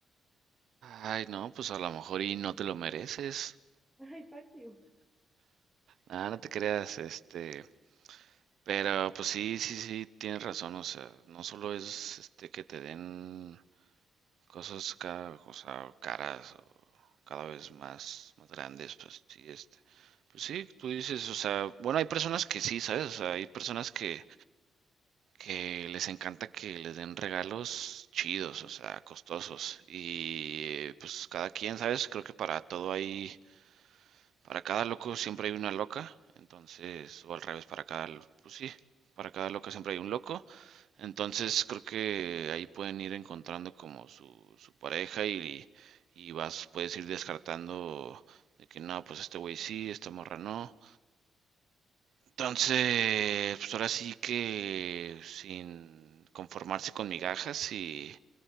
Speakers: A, on the right; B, in the centre.
A: Ay, no, pues a lo mejor y no te lo mereces.
B: Ay, fuck you.
A: Ah, no te creas, este, pero pues sí, sí, sí, tienes razón, o sea, no solo es este que te den cosas cada, o sea, caras o cada vez más, más grandes, pues sí, este, pues sí, tú dices, o sea, bueno, hay personas que sí, ¿sabes? O sea, hay personas que, que les encanta que les den regalos chidos, o sea, costosos, y pues cada quien, ¿sabes? Creo que para todo hay Para cada loco siempre hay una loca, entonces, o al revés, para cada, lo- pues sí, para cada loca siempre hay un loco, entonces creo que ahí pueden ir encontrando como su, su pareja y, y vas, puedes ir descartando de que no, pues este güey sí, esta morra no. Entonces, pues ahora sí que sin conformarse con migajas y